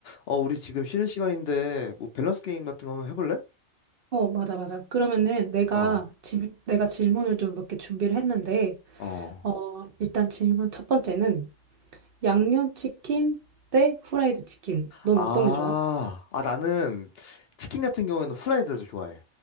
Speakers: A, on the left; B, on the right.
A: 어, 우리 지금 쉬는 시간인데, 뭐, 밸런스 게임 같은 거 한번 해볼래?
B: 어, 맞아, 맞아. 그러면은 내가,
A: 어,
B: 질, 내가 질문을 좀 몇 개 준비를 했는데,
A: 어.
B: 어, 일단 질문 첫 번째는 양념치킨 대 후라이드 치킨. 넌
A: 아,
B: 어떤 게 좋아?
A: 아, 나는 치킨 같은 경우에는 후라이드를 더 좋아해.